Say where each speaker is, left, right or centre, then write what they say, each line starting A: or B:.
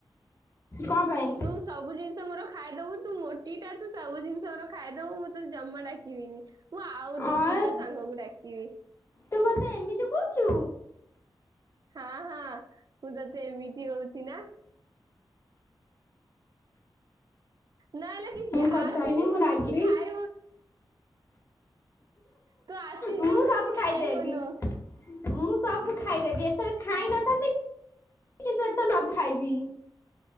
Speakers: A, on the left (about 35°); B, on the right (about 55°).
A: କ ପାଇଁ?
B: ତୁ ସବୁ ଜିନିଷ ମୋର ଖାଇଦବୁ ତୁ ମୋଟିଟା ତୁ ସବୁ ଜିନିଷ ମୋର ଖାଇଦବୁ ମୁଁ ତତେ ଜମା ଡାକିବିନି ମୁଁ ଆଉ ଦି
A: ଅଁ
B: ତିନିଟା ସାଙ୍ଗକୁ ଡାକି <unintelligible>
A: ତୁ ମତେ ଏମିତି କହୁଛୁ।
B: ହଁ ହଁ ମୁଁ ତତେ ଏମିତି ହଉଛି ନା। ନ ହେଲେ କିଛି
A: ମୁଁ କଥା
B: ଆସିଯିବୁ
A: ହେବିନି ମୁଁ ରାଗିବି
B: କିଛି ଖାଇ ତୁ ଆସିଯିବୁ
A: ମୁଁ ସବୁ
B: କିଛି
A: ଖାଇଦେବି।
B: ଖାଇବୁନୁ।
A: ମୁଁ ସବୁ ଖାଇଦେବି ଏତେ ଖାଇ ନଥାନ୍ତି କିନ୍ତୁ ଏତେ ସବୁ ଖାଇବି।